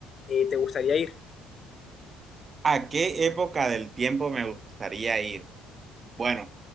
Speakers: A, on the left; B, on the right.
A: eh, te gustaría ir?
B: ¿A qué época del tiempo me gustaría ir? Bueno,